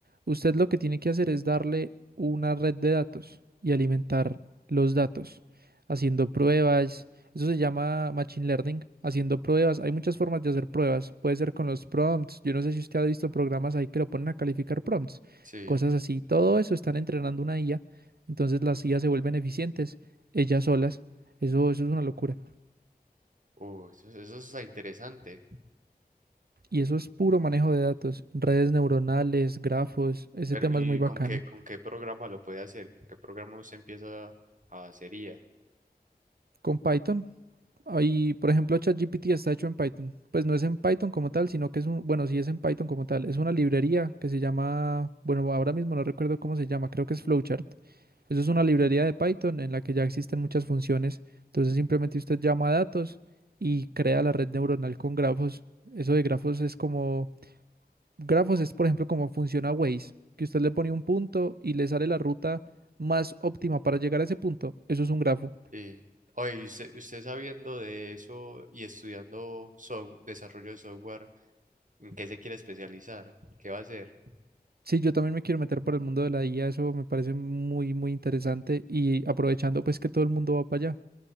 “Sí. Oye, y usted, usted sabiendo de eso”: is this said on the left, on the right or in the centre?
Right